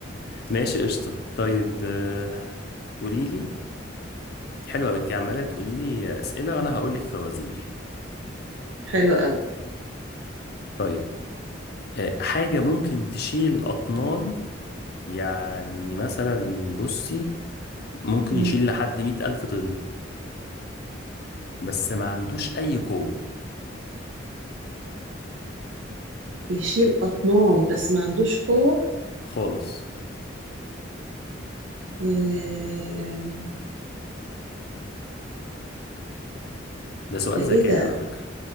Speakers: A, on the left (about 55°); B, on the right (about 80°).
A: ماشي قشطة طيب آه، قولي لي حلوة أوي أنت عمالة تقولي لي أسئلة وأنا هقول لك فوازير
B: حلو
A: طيب آه، حاجة ممكن تشيل أطنان يعني مثلا بصي ممكن
B: أوي
A: يشيل لحد مئة ألف طن بس ما عندوش أي قوة
B: يشيل أطنان بس ما عندوش قوة
A: خالص
B: آه،
A: ده سؤال
B: ده
A: ذكاء
B: إيه ده؟
A: على فكرة